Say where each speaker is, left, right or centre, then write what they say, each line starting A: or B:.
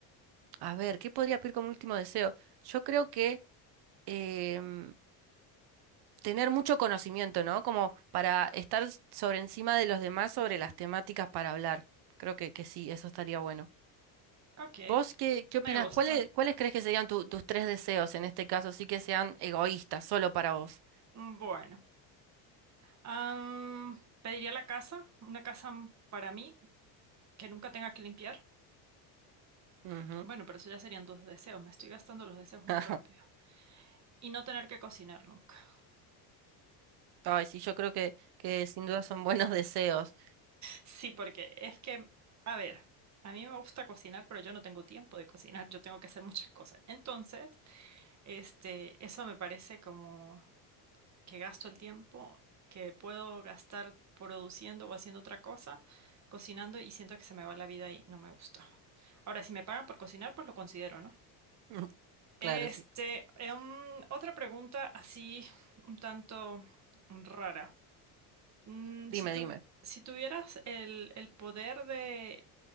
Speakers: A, on the right; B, on the right.
A: a ver, ¿qué podría pedir como último deseo? Yo creo que em, tener mucho conocimiento, ¿no? Como para estar sobre encima de los demás sobre las temáticas para hablar. Creo que, que sí, eso estaría bueno.
B: Ok,
A: ¿Vos qué, qué
B: me
A: opinás?
B: gusta.
A: ¿Cuáles, cuáles crees que serían tu- tus tres deseos en este caso? Así que sean egoístas, solo para vos.
B: Bueno. Am, pediría la casa, una casa para mí que nunca tenga que limpiar.
A: Ujú.
B: Bueno, pero eso ya serían dos deseos. Me estoy gastando los deseos muy
A: <laughs>
B: rápido. Y no tener que cocinar nunca. <laughs>
A: Ay, sí, yo creo que, que sin duda son buenos deseos.
B: Sí, porque es que, a ver, a mí me gusta cocinar, pero yo no tengo tiempo de cocinar. Yo tengo que hacer muchas cosas. Entonces, este, eso me parece como que gasto el tiempo que puedo gastar produciendo o haciendo otra cosa, cocinando y siento que se me va la vida y no me gusta. Ahora, si me pagan por cocinar, pues lo considero, ¿no?
A: <laughs>
B: Este,
A: Claro, sí.
B: em, otra pregunta así un tanto rara. Mm,
A: Dime,
B: si tu-
A: dime.
B: si tuvieras el, el poder de,